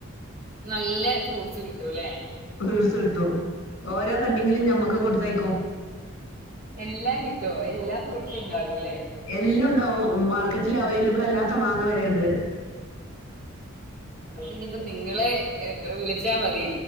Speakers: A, on the right; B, on the left.
A: നല്ല ഫ്രൂട്ട്സ് കിട്ടുംല്ലേ
B: ഫ്രൂട്സ് കിട്ടും ഓരോ കട്ടിങ്ങിലും ഞമ്മക്ക് കൊടുത്തയ്‌കും
A: എല്ലാം കിട്ടോ എല്ലാ ഫ്രൂട്ട്സും ഉണ്ടാവൂല്ലേ
B: എല്ലുംണ്ടാവും. മാർക്കറ്റിൽ അവൈലബിൾ അല്ലാത്ത മാങ്ങ വരെണ്ട്
A: ഇനിപ്പം നിങ്ങളെ ഏ വിളിച്ചാ മതി